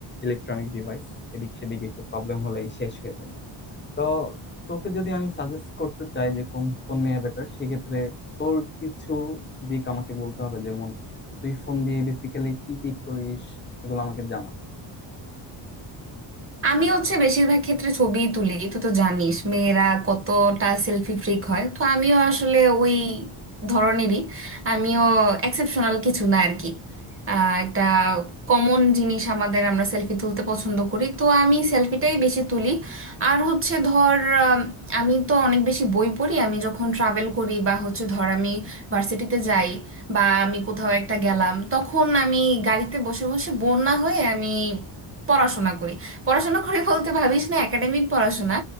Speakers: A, on the left (about 25°); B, on the right (about 25°).
A: ইলেকট্রনিক ডিভাইস এদিক সেদিক একটু প্রবলেম হলেই শেষ হয়ে যায় তো তোকে যদি আমি সাজেস্ট করতে চাই যে কোন ফোন নেওয়া বেটার সেক্ষেত্রে তোর কিছু দিক আমাকে বলতে হবে যেমন তুই ফোন দিয়ে বেসিক্যালি কি কি করিস এগুলো আমাকে জানা
B: আমি হচ্ছে বেশিরভাগ ক্ষেত্রে ছবি তুলি তুই তো জানিস মেয়েরা কতটা সেলফি ফ্রিক হয় তো আমিও আসলে ওই ধরনেরই আমিও এক্সেপশনাল কিছু না আর কি আহ, একটা কমন জিনিস আমাদের আমরা সেলফি তুলতে পছন্দ করি তো আমি সেলফিটাই বেশি তুলি আর হচ্ছে ধর আম, আমি তো অনেক বেশি বই পড়ি আমি যখন ট্রাভেল করি বা হচ্ছে ধর আমি ভার্সিটিতে যাই বা আমি কোথাও একটা গেলাম তখন আমি গাড়িতে বসে বসে বোর না হয়ে আমি পড়াশোনা করি পড়াশোনা করে বলতে ভাবিস না একাডেমিক পড়াশোনা